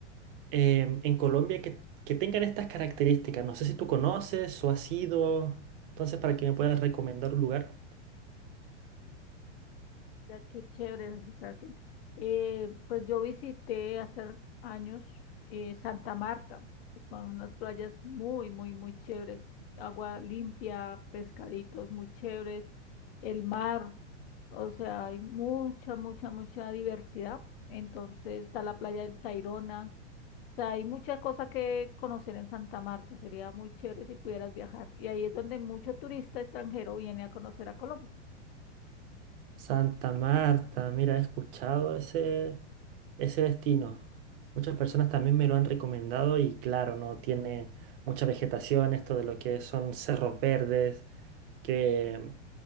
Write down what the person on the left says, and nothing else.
Ya, Qué chévere, Sebastián. Eh, pues yo visité hace años eh, Santa Marta. Son unas playas muy, muy, muy chéveres. Agua limpia, pescaditos muy chéveres, el mar. O sea, hay mucha, mucha, mucha diversidad. Entonces está la playa del Tayrona, sea, hay muchas cosas que conocer en Santa Marta. Sería muy chévere si pudieras viajar. Y ahí es donde mucho turista extranjero viene a conocer a Colombia.